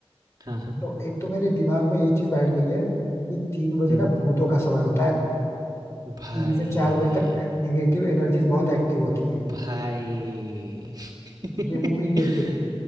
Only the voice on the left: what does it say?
तो एक तो मेरे दिमाग में ये चीज बैठ गई है कि तीन बजे
ना भूतों का समय होता है
तीन से चार बजे तक निगेटिव एनर्जीज बहुत एक्टिव होती हैं
ये मूवी देख देख के